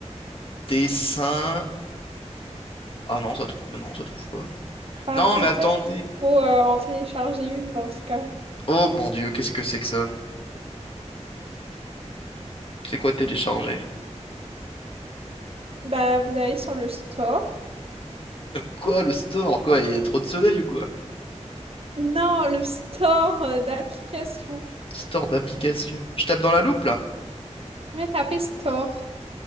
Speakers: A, on the left; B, on the right.
A: Dessin. Ah non, ça trouve. Non, ça trouve pas.
B: Bah
A: Non,
B: peut-être
A: mais attendez.
B: qu'il faut euh, en télécharger une dans ce cas.
A: Oh mon Dieu, qu'est-ce que c'est que ça? C'est quoi télécharger?
B: Bah vous allez sur le store.
A: Quoi, le store, quoi? Il y a trop de soleil ou quoi?
B: Non, le store euh, d'application.
A: Store d'application. Je tape dans la loupe, là?
B: Ouais, tapez store.